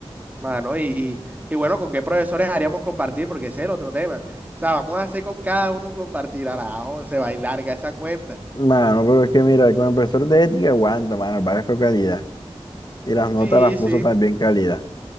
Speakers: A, on the right; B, on the left.
A: mano, y, y, y bueno, ¿con qué profesores haríamos compartir? Porque ese es el otro tema. O sea, vamos a hacer con cada uno un compartir. Arajo, se va a ir larga esa cuenta.
B: Mano, pero es que mira, con el profesor de ética aguanta, mano, el padre fue calidad. Y las notas
A: Sí,
B: las puso
A: sí,
B: también calidad.